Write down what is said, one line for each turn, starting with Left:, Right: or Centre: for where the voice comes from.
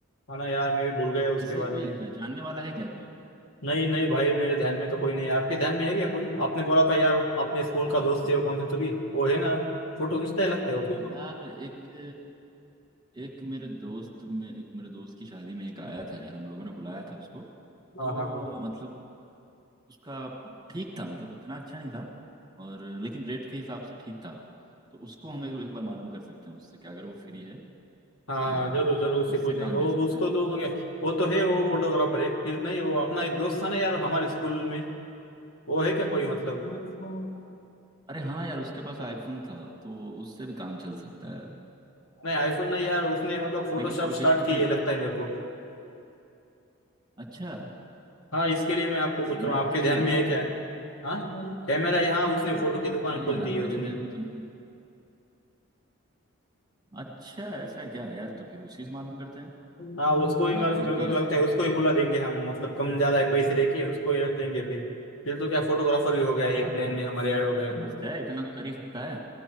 Left: हाँ ना यार मैं भी भूल गया उसके
Right: किसी
Left: बारे
Right: कोई
Left: में
Right: अ, जानने वाला है क्या कोई
Left: नहीं नहीं भाई मेरे ध्यान में तो कोई नहीं है आपके ध्यान में है क्या कोई आपने बोला था यार अपने स्कूल का दोस्त है वो कौन सा तो भी वो है ना फोटो खींचता है लगता है वो भी
Right: यार एक अ, एक मेरे दोस्त में एक मेरे दोस्त की शादी में एक आया था यार हम लोगों ने बुलाया था उसको
Left: हाँ
Right: तो
Left: हाँ हाँ
Right: मतलब उसका ठीक था मतलब उतना अच्छा नहीं था और लेकिन रेट के हिसाब से ठीक था तो उसको हम एक, एक बार मालूम कर सकते हैं उससे कि अगर वो फ्री है
Left: हाँ
Right: तो
Left: जरूर जरूर उससे
Right: उससे
Left: पूछ
Right: काम
Left: लेंगे वो
Right: ले सकते
Left: उसको
Right: हैं
Left: तो वो, क्या- वो तो है वो फोटोग्राफर है फिर नहीं वो अपना एक दोस्त था ना यार हमारे स्कूल में वो है क्या कोई मतलब
Right: अरे हाँ यार उसके पास आईफोन था तो उससे भी काम चल सकता है
Left: नहीं आईफोन नहीं यार उसने मतलब फोटोशॉप
Right: लेकिन प्रोफेशनल
Left: स्टार्ट की
Right: है
Left: है लगता है मेरे को
Right: अच्छा
Left: हाँ इसके लिए मैं आपको पूछ
Right: कैमरा
Left: रहा हूँ
Right: वैमरा
Left: आपके
Right: लिया
Left: ध्यान
Right: है
Left: में
Right: क्या
Left: है
Right: उसने
Left: क्या हाँ कैमरा है हाँ उसने फोटो की दुकान
Right: नहीं
Left: खोल
Right: यार
Left: दी है
Right: मेरे
Left: उसने
Right: जहन में तो नहीं अच्छा ऐसा है क्या यार तो फिर उसी से मालूम करते हैं
Left: हाँ उसको
Right: अपना
Left: ही मेरे
Right: दोस्त
Left: को मेरे
Right: भी
Left: को तो
Right: है
Left: लगता है उसको ही बुला देंगे हम मतलब कम ज्यादा है पैसे लेके उसको ही रख लेंगे फिर फिर तो क्या फोटोग्राफर भी हो गया
Right: हाँ
Left: एक प्लान
Right: तो
Left: में हमारे ऐड हो गया
Right: दोस्त है इतना तो कर ही सकता है